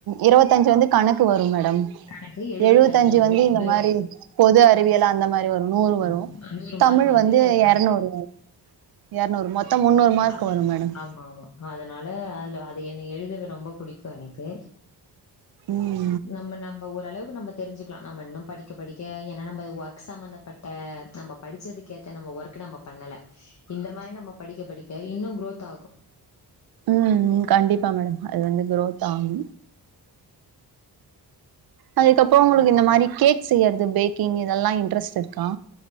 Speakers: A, on the right; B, on the left.
A: இருவத்தஞ்சு வந்து கணக்கு வரும் மேடம்
B: எனக்கு
A: எழுவத்தஞ்சு வந்து
B: பொது
A: இந்த மாரி
B: அறிவு.
A: பொது அறிவியல் அந்த மாரி வரும் நூறு வரும்
B: ம் மார்க்
A: தமிழ் வந்து
B: தமிழ்.
A: இரநூறு வரும் எரநூறு மொத்தம் முன்னுறு மார்க்
B: அத
A: வரும் மேடம்
B: ஆமா, ஆமா. அதனால அதுல அது என்ன எழுதவே ரொம்ப புடிக்கு எனக்கு
A: ம்
B: நம்ம நம்ம ஓரளவுக்கு நம்ம தெரிஞ்சுக்கலா நம்ம இன்னும் படிக்க படிக்க ஏன்னா நம்ம ஒர்க் சம்பந்த பட் ப்ப நம்ம படிச்சதுக்கு ஏத்த நம்ம ஒர்க் நம்ம பண்ணல இந்த மாரி நம்ம படிக்க படிக்க இன்னு குரோத் ஆகு
A: ம் ம் கண்டிப்பா மேடம் அது வந்து குரோத் ஆகு அதுக்கப்பறோ உங்களுக்கு இந்த மாரி கேக் செய்றது பேக்கிங் இதெல்லா இன்ட்ரெஸ்ட் இருக்கா